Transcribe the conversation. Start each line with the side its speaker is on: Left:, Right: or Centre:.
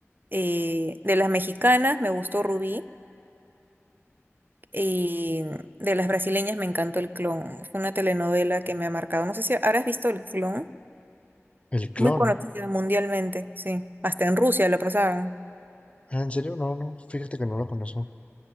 Right: eh, de las mexicanas me gustó Rubí, y de las brasileñas me encantó El Clon. Fue una telenovela que me ha marcado. No sé si habrás visto El Clon,
Left: El
Right: muy
Left: clon.
Right: conocida mundialmente, sí. Hasta en Rusia lo pasaban.
Left: Ah, ¿en serio? No, no, fíjate que no lo conozco.